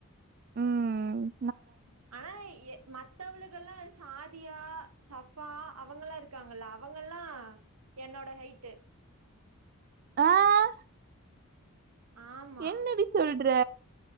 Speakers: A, on the right; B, on the right.
A: உம்
B: ஆன மத்த மத்தவகலெல்லா சாதியா சஃபா அவங்கல்லா இருக்காங்கல்ல அவங்கல்லா என்னோட ஹைட்டு
A: ஆஹ்
B: ஆமா
A: என்னடி சொல்ற